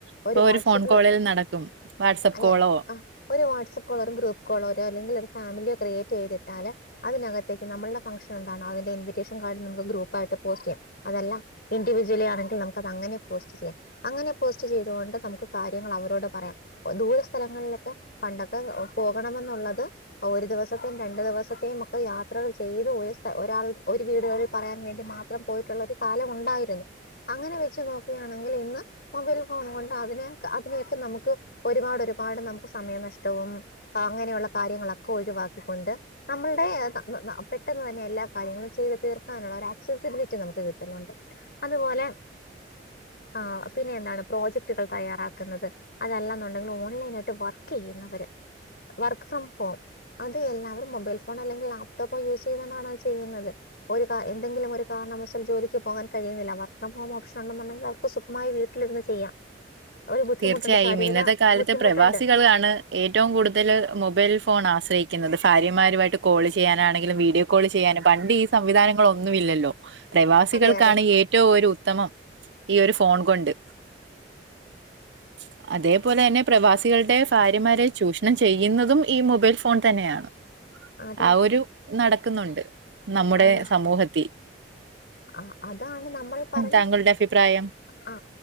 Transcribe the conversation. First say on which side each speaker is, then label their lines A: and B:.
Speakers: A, on the right; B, on the left.
A: ഇപ്പൊ
B: ഒരു വാട്സപ്പില്
A: ഫോൺ കോളിൽ നടക്കും വാട്സആപ്പ്
B: അതെ
A: കോളോ
B: ആ ര് കോളോ ഗ്രൂപ്പോ അല്ലെങ്കിൽ ഫാമിലിയോ ക്രിയേറ്റ് ചെയ്തിട്ടാല് അതിനകത്തേ ക്ക്നമ്മുടെ ഫംഗ്ഷൻ എന്താ ണേ അത് ഇൻവിറ്റേഷൻ കാർഡ നമക്ക് ഗ്രൂപ്പ്ായിട്ട് പോസ്റ്റ് ചെയ്യാം അതല്ല ഇൻിവിജവലി ആണെങ്കിൽ നമുക്കത് അങ്ങനെ പോസ്റ്റ് ചെയ്യാം അങ്ങനെ പോസ്റ്റ് ചെയ്ത കൊണ്ട് നമുക്ക് കാര്യങ്ങൾ അവരോട് പറയാം ദൂര സ്ഥലങ്ങളിലൊക്കെ പണ്ടൊ പോകണെന്നുള്ളത് ഒരു ദിവസത്തെയും രണ്ട്ദിവസത്തെയും ഒക്കെ യാത്രകൾ ചെയ്ത് പോയി ഒരാൾ ഒരു വീടുകളിൽ പറയാൻ വേണ്ടി മാത്രം പോയിട്ടുള്ള ഒരു കാലം ഉണ്ടായിരുന്നു അങ്ങനെ വെച്ച് നോക്കുകയാണെങ്കിൽ ഇന്ന് മൊബൈൽ ഫോൺ കൊണ്ട് അതിന അതിനെയൊക്കെ നമുക്ക് ഒരുപാട് പാ പാട് നമുക്ക് സമയ നഷ് ട്ടവുംഅങ്ങനെയുള്ള കാര്യങ്ങളൊക്കെ ഒഴിവാക്കിക്കൊണ്ട് നമ്മളുടെ പെട്ടെന്ന് തന്നെ എല്ലാ കാര്യങ്ങളും ചെയ്ത് തീർക്കാനുള്ള ആക്സസിബിലിറ്റി നമുക്ക് കിട്ടുന്നുണ്ട് അതുപോലെ ആ പിന്നെ എന്താണ് പ്രോജക്ടുകൾ തയ്യാറാക്കുന്നത് അതല്ലാെന്നുണ്ടെങ്കിൽ ഓൺലൈൻ ആയിട്ട് വർക്ക് ചെയ്യുന്നത് വർക്ക് ഫ്രം ഹോം അത് എല്ലാവരും മൊബൈൽ ഫോണോ അല്ലെങ്കിൽ ലാപ്ടോപ്പ യൂസ് ചെയ്തൊണ്ടാണ് അത് ചെയ്യുന്നത് ഒരു എന്തെങ്കിലും ഒരു ൽ ജോലിക്ക് പോകാൻ കഴുന്നില്ല വർക്ക് ഫ്രം ഹോം ഓപ്ഷൻ ഉണ്ടെന്നുണ്ടെങ്കി അവർക്ക് സുഖമായി വീട്ടിലരുന്ന് ചെയ്യാം ഒരു ബുദ്ധിമുട്ടുണ്ട്
A: തീർച്ചയായും
B: ശാരീരിക
A: ഇന്നത്തെ കാലത്തെ
B: ബുദ്ധിമുട്ടുണ്ട്
A: പ്രവാസികളാണ് ഏ ഏറ്റവും കൂടുതൽ മൊബൈൽ ഫോൺ ആശ്രയിക്കുന്നത് ഭാര്യമാരുമായിട്ട് കോൾ ചെയ്യാനാണെങ്കിലും വീഡിയോ കോൾ ചെയ്യാനും പറ്റു പണ്ട് ഈ സംവിധാനങ്ങളോ ഒന്നുമ ഇില്ലല്ലോ പ്രവാസികൾക്കാണ്
B: അതെ അതെ
A: ഏറ്റവും ഒരു ഉത്തമം ഈ ഒരു ഫോൺ കൊണ്ട് <inaudible> അതേപോലെ തന്നെ പ്രവാസികളുടെ ഭാര്യമാരെ ചൂഷണം ചെയ്യുന്നതും ഈ മൊബൈൽ ഫോൺ തന്നെയാണ്
B: അതെ
A: ആ ഒരു നടക്കുന്നുണ്ട് നമ്മുടെ
B: ആണ്
A: സമൂഹത്തി
B: ആ അതാണ് നമ്മൾ പറഞ്ഞ
A: താങ്കളുടെ അഭിപ്രായം
B: ആ